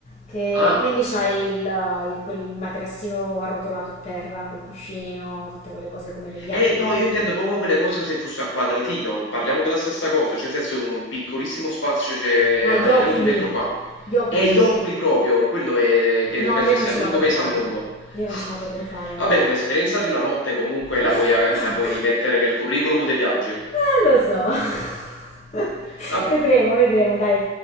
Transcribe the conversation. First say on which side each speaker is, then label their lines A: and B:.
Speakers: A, on the left; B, on the left.
A: che
B: Ah,
A: quindi c'hai il, il- quel materassino arrotolato a terra col cuscino, tutte quelle cose come negli
B: eh
A: anime.
B: no, io intendo proprio quelle cose come se fosse a quadratino, parliamo della stessa cosa, cioè nel senso un, un piccolissimo spazio cioè,
A: Ah,
B: a
A: gli oculi,
B: livello di metro quadro.
A: gli oculi.
B: E gli oculi proprio, quello è, che
A: No,
B: penso
A: io non
B: sia
A: ce
B: l'unico
A: la potrei
B: paese
A: fare.
B: al mondo.
A: Io non ce la potrei
B: <laughs>
A: fare, no.
B: Vabbè, come esperienza di una notte comunque
A: <laughs>
B: la puoi la puoi mettere nel curriculum dei viaggi.
A: Eh, lo so. <laughs>
B: Vabbè.
A: Vedremo, vedremo, dai.